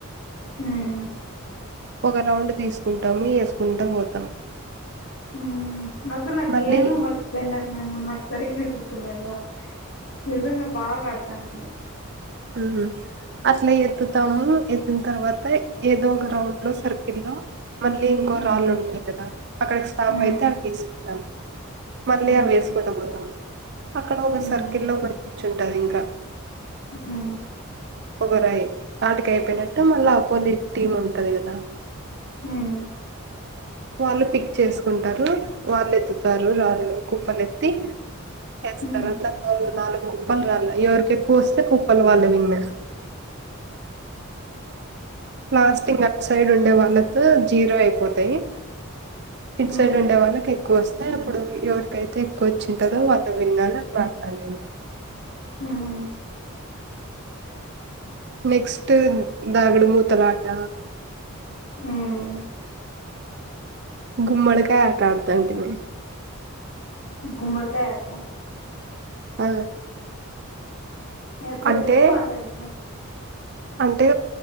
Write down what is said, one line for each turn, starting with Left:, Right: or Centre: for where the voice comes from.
Left: మ్
Right: ఒక రౌండ్ తీసుకుంటాము వేసుకుంటా పోతాం
Left: మ్ అసలు ఆ
Right: మళ్ళీ
Left: గేమే మర్చిపోయా నిను నాకు సరిగ్గ లేద నిజంగా బాగా అడుతాంటిమి
Right: మ్ హు అట్లా ఎత్తుతాము ఎత్తిన తర్వాత ఏదో ఒక రౌండ్ లో సర్కిల్ లో మళ్ళీ ఇంకో
Left: ఉమ్
Right: రాళ్ళు ఉంటాయి కదా అక్కడికి స్టాఫ్
Left: ఉమ్
Right: అయితే అవి తీసుకుంటాం మళ్ళీ
Left: ఉమ్
Right: అవి వేసుకుంట పోతాం అక్కడ ఒక
Left: ఉమ్
Right: సర్కిల్ లో కూర్చుంటది ఇంకా
Left: మ్
Right: ఒకరుై ఆటకైపోయినట్టు మళ్ళా అపోజిట్ టీమ్ ఉంటది కదా
Left: మ్
Right: వాళ్ళు పిక్ చేసుకుంటారు వాళ్ళు ఎత్తుతారు రాళ్ళు కుప్పలు ఎత్తి ఎస్త
Left: ఉమ్
Right: తరువాత నాలుగు కుప్పలు రాల ఎవరికీ ఎక్కువ వస్తే కుప్పలు వాళ్లే విన్ లాస్ట్ ఇంక అటుసైడ్ ఉండే వాళ్ళతో జీరో అయిపోతాయి ఇటు
Left: ఉమ్ ఉమ్
Right: సైడ్ ఉండే వాళ్ళకి ఎక్కువ వస్తాయి అప్పుడు ఎవరికైతే ఎక్కువ వచ్చింటదో వాళ్ళు విన్ అని అట్లా ఆడుతాంటిమి
Left: ఉమ్
Right: నెక్స్ట్ దాగుడుమూతల ఆట
Left: ఉమ్
Right: గుమ్మడికాయ ఆట ఆడుతాంటమీ
Left: గుమ్మడికాయ ఆట
Right: ఆ
Left: ఎట్టా
Right: అంటే
Left: చెప్పు ఆడేది
Right: అంటే